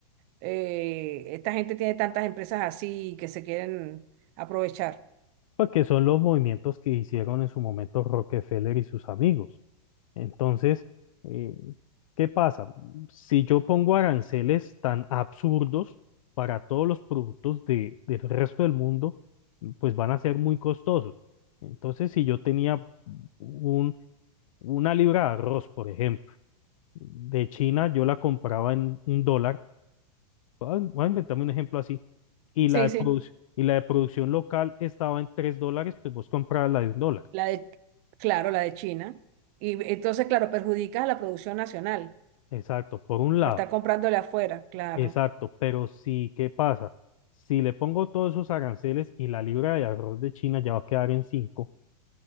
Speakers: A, on the right; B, on the left.
A: eh, esta gente tiene tantas empresas así que se quieren aprovechar.
B: porque son los movimientos que hicieron en su momento Rockefeller y sus amigos. Entonces, eh, ¿qué pasa? Si yo pongo aranceles tan absurdos para todos los productos de- del resto del mundo, pues van a ser muy costosos. Entonces, si yo tenía un, una libra de arroz, por ejemplo, de China, yo la compraba en un dólar, voy a voy a inventarme un ejemplo así, y
A: Sí,
B: la de
A: sí.
B: produc- y la de producción local estaba en 3 dólares, pues vos comprabas la de un dólar.
A: La de, claro, la de China. Y entonces, claro, perjudicas a la producción nacional
B: Exacto, por un lado,
A: por estar comprándole afuera, claro.
B: exacto, pero si, ¿qué pasa? Si le pongo todos esos aranceles y la libra de arroz de China ya va a quedar en cinco,